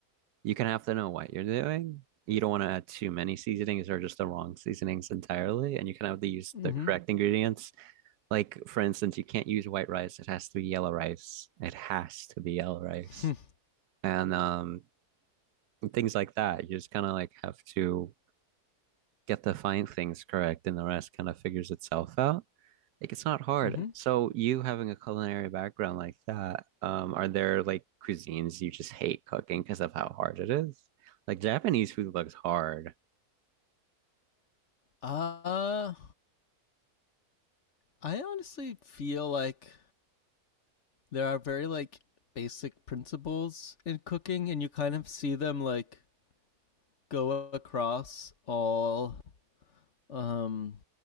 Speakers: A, on the right; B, on the left.
A: you kind of have to know what you're doing. You don't want to add too many seasonings or just the wrong seasonings entirely, and you kind of have to use
B: Mm-hmm.
A: the correct ingredients. Like for instance, you can't use white rice. It has to be yellow rice. It has to be yellow rice.
B: <laughs>
A: And um, and things like that. You just kind of like have to get the fine things correct, and the rest kind of figures itself out. Like it's not hard.
B: mm-hmm.
A: So you having a culinary background like that, um, are there like cuisines you just hate cooking because of how hard it is? Like Japanese food looks hard.
B: Uh, I honestly feel like there are very like basic principles in cooking, and you kind of see them like go across all um